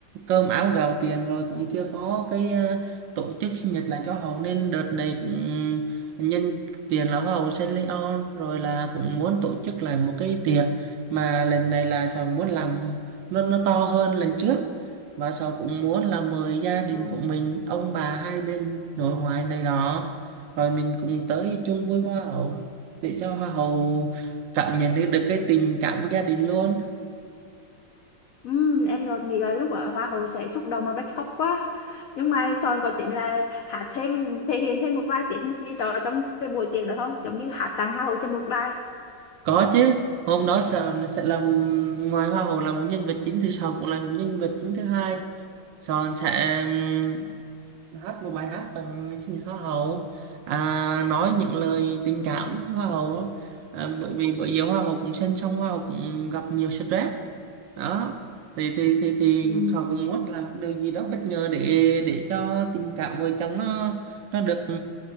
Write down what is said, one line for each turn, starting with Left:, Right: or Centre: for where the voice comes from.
Right: cơm áo gạo tiền rồi cũng chưa có cái ờ, tổ chức sinh nhật lại cho hậu nên đợt này cũng nhân tiền là hoa hậu Saint Leon rồi là cũng muốn tổ chức lại một cái tiệc mà lần này là Sòn muốn làm nó nó to hơn lần trước và Sòn cũng muốn là mời gia đình
Left: Ừ.
Right: của mình ông bà hai bên nội ngoại này đó rồi mình cùng tới
Left: Ừ.
Right: chung vui hoa hậu để cho hoa hậu cảm nhận được, được cái tình cảm của gia đình luôn
Left: Ừm, em đột nghĩ là lúc ở Hoa hậu sẽ xúc động mà bật khóc quá nhưng mà sòn có tính là hát thêm thể hiện thêm một vài tiết mục gì đó trong cái buổi tiệc được không giống như hát tặng Hoa hậu thêm một bài
Right: có chứ hôm đó sòn nó sẽ làm ngoài hoa hậu là một nhân vật chính thì Sòn cũng là một nhân vật chính thứ hai Sòn sẽ ừm, hát một bài hát tặng sinh nhật hoa hậu à, nói những lời tình cảm với hoa hậu à, bởi vì bởi giờ hoa hậu cũng sinh xong hoa hậu cũng gặp nhiều stress đó thì thì thì thì
Left: Ừm.
Right: họ cũng muốn làm điều gì đó bất ngờ để để cho tình cảm vợ chồng nó nó được